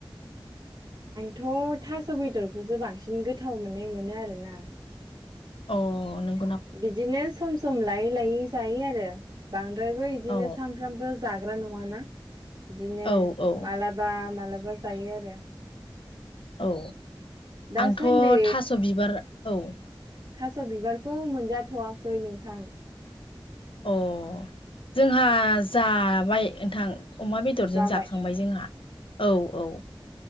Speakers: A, on the right; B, on the left.
A: थ' थास' बेदरखौसो बांसिन गोथाव मोननाय मोनो आरोना।
B: अ नों
A: बिदिनो सम सम लायै लायै जायो आरो बांद्रायबो बिदिनो
B: औ
A: सानफ्रामबो जाग्रा नङाना बिदिनो
B: औ औ
A: मालाबा मालाबा जायो आरो
B: औ
A: दासान्दि
B: आंथ' थास' बिबार औ
A: थास' बिबारखौ मोनजाथ'वाखै नोंथां
B: अ जोंहा जाबाय नोंथां अमा बेदरजों
A: जाबाय
B: जाखांबाय जोंहा, औ औ